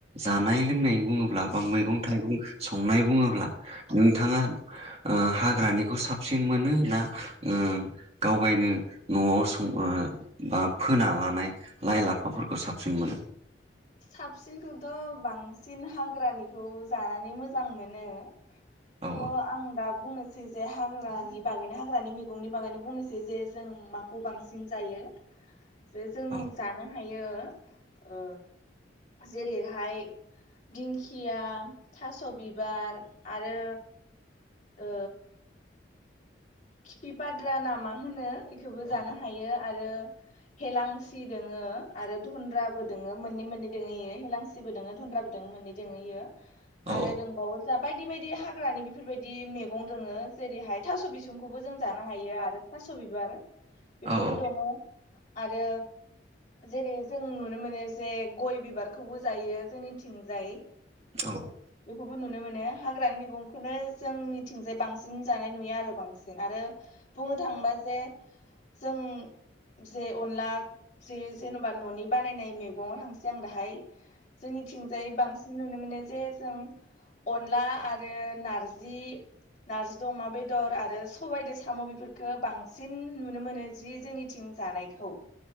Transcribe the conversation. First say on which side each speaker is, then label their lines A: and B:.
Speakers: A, on the right (about 35°); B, on the left (about 45°).
A: जानाय लोंनाय बुङोब्ला बा मैगं थाइगं संनाय बुङोब्ला नोंथाङा ओ हाग्रानिखौ साबसिन मोनो ना ओ गावगायनो न'आव सं ओ बा फोना लानाय लाइ लाफाफोरखौ साबसिन मोनो
B: साबसिनखौथ' बांसिन हाग्रानिखौ जानानै मोजां मोनो
A: औ
B: थ' आं दा बुंनोसै बुंसै जे हाग्रानि बागैनो हाग्रानि मैगंनि बागैनो बुंनोसै जे जों माखौ बांसिन जायो
A: <inaudible>
B: जे जों
A: औ
B: जानो हायो ओ जेरैहाय दिंखिया थास' बिबार आरो ओ खिफि फाद्रा नामा होनो बेखौबो
A: औ
B: जानो हायो आरो हेलांसि दोङो आरो धनन्द्राबो दङो मोननै मोननै दोङोयो हेलांसिबो दोङो धन्राबो दङ मोननै जोङो इयो
A: औ
B: आरो दंबावो जा बायदि बायदि हाग्रानि बेफोरबायदि मैगं दङो जेरैहाय थास' बिस खौबो जों जानो हायो आरो थास' बिबार बेफोरबो
A: औ औ
B: दङ आरो जेरै जों नुनो मोनो जे गय बिबारखौबो जायो जोंनिथिंजाय
A: औ
B: बेखौबो नुनो मोनो हाग्रानि मैगंखौनो जोंनिथिंजाय बांसिन जानाय नुयो आरो बांसिन आरो बुंनो थाङोबा जे जों जे अनदला जे जेन'बा न'नि बानायनाय मैगङाव थांसै आं दाहाय जोंनिथिंजायै बांसिन नुनो मोनो जे जों अनला आरो नारजि नारजि अमा बेदर आरो सबायजों साम' बेफोरफोरखौ बांसिन नुनो मोनो जि जोंनिथिं जानायखौ